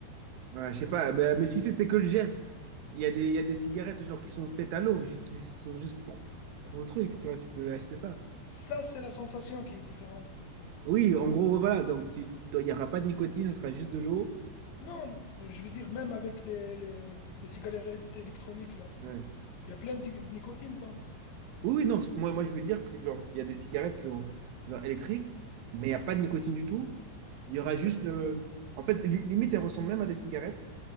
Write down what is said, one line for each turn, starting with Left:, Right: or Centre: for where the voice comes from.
Right: Ouais, je sais pas, mais, mais si c'était que le geste, il y a des, il y a des cigarettes genre qui sont faites à l'eau, ju- qui sont juste pour, pour le truc, tu vois, tu peux acheter ça.
Left: Ça, c'est la sensation qui est différente.
Right: Oui, en gros, voilà, donc tu, toi, il n'y aura pas de nicotine, ce sera juste de l'eau.
Left: Non, je veux dire, même avec les, les, les cigarettes électroniques, là.
Right: Ouais.
Left: Il y a plein de di- de nicotine dedans.
Right: Oui, oui, non, c- moi, moi je veux dire que genre, il y a des cigarettes qui sont genre, électriques, mais il n'y a pas de nicotine du tout. Il y aura juste
Left: Ouais,
Right: le. En fait, li- limite, elles ressemblent même à des cigarettes.